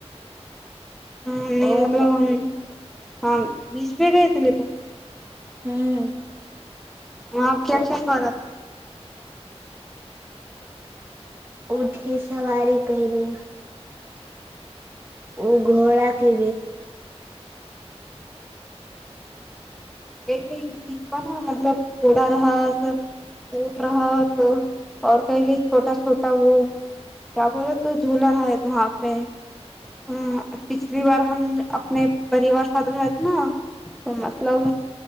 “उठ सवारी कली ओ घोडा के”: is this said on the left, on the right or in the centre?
Right